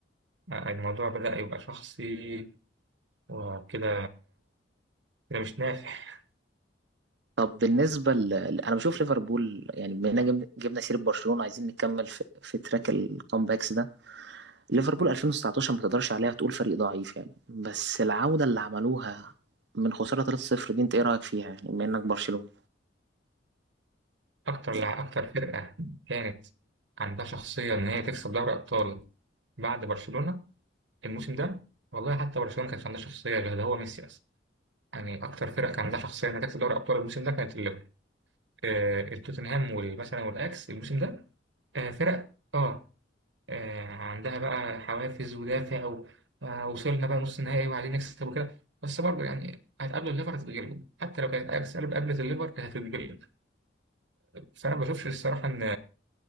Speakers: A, on the right; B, on the right.
A: الموضوع بدأ يبقى شخصي وكده كده مش نافع
B: طب بالنسبة ل... ل- أنا بشوف ليفربول يعني بما إننا جبنا جبنا سيرة برشلونة عايزين نكمل في, في تراك الكامباكس ده ليفربول 2019 ما تقدرش عليها تقول فريق ضعيف يعني بس العودة اللي عملوها من خسارة 3-0 دي أنت إيه رأيك فيها يعني بما إنك برشلوني
A: اكتر لع-
B: يعني
A: اكتر فرقة كانت عندها شخصية ان هي تكسب دوري ابطال بعد برشلونة الموسم ده والله حتى برشلونة ما كانش عندها شخصية غير ده هو ميسي اصلا يعني اكتر فرقة كان عندها شخصية انها تكسب دوري ابطال الموسم ده كانت آه، التوتنهام وال- مثلا والاكس الموسم ده آه، فرق اه آه، عندها بقى حوافز ودافع و- آه، وصلنا بقى نص نهائي وعايزين نكسب وكده بس برضه يعني هتقابلوا الليفر هتتغلبوا حتى لو كانت اياكس قبل- قابلت الليفر كانت هتتغلب بس انا ما بشوفش الصراحه ان